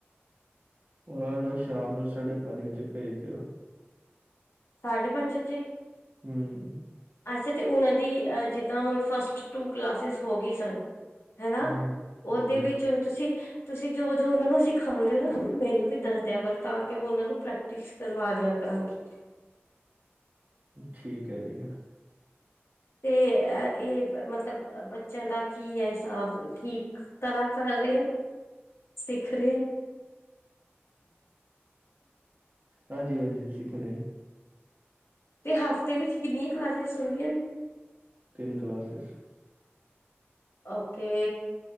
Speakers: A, on the right (about 40°); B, on the left (about 75°).
A: ਉਹਨਾਂ ਨੂੰ ਸ਼ਾਮ ਨੂੰ ਸਾਢੇ ਪੰਜ ਵਜੇ ਭੇਜ ਦਿਓ।
B: ਸਾਢੇ ਪੰਜ ਚ।
A: ਹਮ।
B: ਅੱਛਾ ਤੇ, ਉਹਨਾਂ ਦੀ ਜਿੱਦਾਂ ਹੁਣ ਫਸਟ ਟੂ ਕਲਾਸਿਸ ਹੋ ਗਈ ਸਨ। ਹਨਾ,
A: ਹੂੰ
B: ਉਹਦੇ
A: ਜੀ
B: ਵਿੱਚ ਹੁਨ ਤੁਸੀਂ ਤੁਸੀਂ ਜੋ ਜੋ ਉਹਨਾਂ ਨੂੰ ਸਿਖਾਉਂਦੇ ਹੋ ਨਾ, ਤੁਸੀਂ ਮੈਨੂੰ ਵੀ ਦੱਸਦਿਆਂ ਕਰੋ ਤਾਂ ਕਿ ਮੈਂ ਉਹ ਉਹਨਾਂ ਨੂੰ ਪ੍ਰੈਕ ਟਿਸ ਕਰਵਾ ਦਿਆ ਕਰਾਂਗੀ।
A: ਠੀਕ ਹੈ ਜੀ।
B: ਤੇ ਇਹ ਮਤਲਬ ਬੱਚਿਆਂ ਦਾ ਕੀ ਹੈ ਹਿਸਾਬ, ਠੀਕ ਤਰਾ੍ਹਾਂ ਕਰ ਰਹੇ, ਸਿੱਖ ਰਹੇ?
A: ਹਾਂਜੀ ਹਾਂਜੀ, ਸਿਖ ਰਹੇ।
B: ਤੇ ਹਫ਼ਤੇ ਵਿੱਚ ਕਿੰਨੀਆਂ ਕਲਾਸਿਸ ਹੁੰਦੀਆਂ?
A: ਤਿੰਨ ਕਲਾਸਿਸ
B: ਓਕੇ।